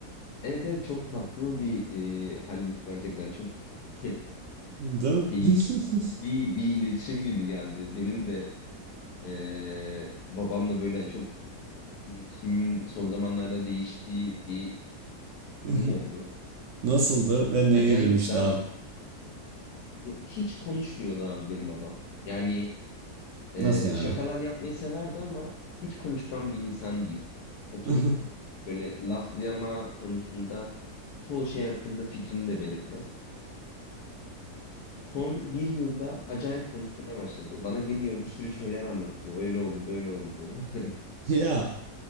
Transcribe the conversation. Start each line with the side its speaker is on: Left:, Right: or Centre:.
Left: Evet evet çok tatlı bir e, halmiş gerçekten çok <laughs>
Right: <laughs> Değil
Left: keyifli
Right: mi?
Left: bir iletişim gibi geldi. Benim de e, babamla böyle çok iletişimin son zamanlarda değiştiği bir durum
Right: <laughs>
Left: oldu.
Right: Nasıldı ve neye
Left: Acayip
Right: dönüştü
Left: ben
Right: abi?
Left: hiç konuşmuyordu abi benim babam. Yani e,
Right: Nasıl yani?
Left: şakalar yapmayı severdi ama hiç konuşkan bir insan değil. Oturup
Right: <laughs>
Left: böyle laflayama konusunda çoğu şey hakkında fikrini de belirtmez. Son bir yılda acayip konuşmaya başladı. Bana geliyor bir sürü şeyler anlatıyor. Öyle oldu, böyle oldu. <laughs>
Right: Ya